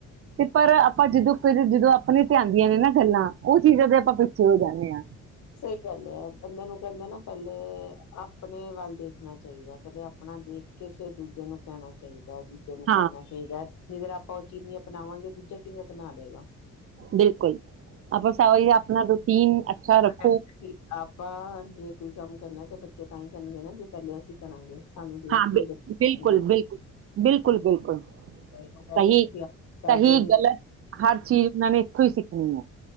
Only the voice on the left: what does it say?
ਸਹੀ ਗੱਲ ਹੈ ਬੰਦ ਨੂੰ ਕਹਿੰਦੇ ਨਾ ਪਹਿਲੇ ਆਪਣੇ ਵੱਲ ਦੇਖਣਾ ਚਾਹੀਦਾ ਪਹਿਲੇ ਆਪਣਾ ਦੇਖ ਕੇ ਫੇਿਰ ਦੂਜੇ ਨੂੰ ਕਹਿਣਾ ਚਾਹੀਦਾ ਦੂਜੇ ਨੂੰ
ਕਰਨਾ ਚਾਹੀਦਾ ਜਿਧਰ ਆਪਾਂ ਉਹ ਚੀਨੀ ਅਣਾਵਾਂਗੇ ਦੂਜਾ ਕਿਵੇਂ ਬਣਾ ਦੇਗਾ
ਕਹਿੰਦਾ ਕਿ ਆਪਾਂ ਜੇ ਕੋਈ ਕੰਮ ਕਰਨਾ ਤੇ ਬੱਚੇ ਤਾਂ ਹੀ ਕਰਨਗੇ ਨਾ ਕਿ ਪਹਿਲੇ ਅਸੀਂ ਕਰਾਂਗੇ ਸਾਨੂੰ ਦੇਖ
ਕੇ
ਹੀ ਬੱਚੇ
ਉਹ ਕਹਿਣਗੇ ਤੁਸੀਂ ਆਪ ਕਰਦੇ
ਨੀ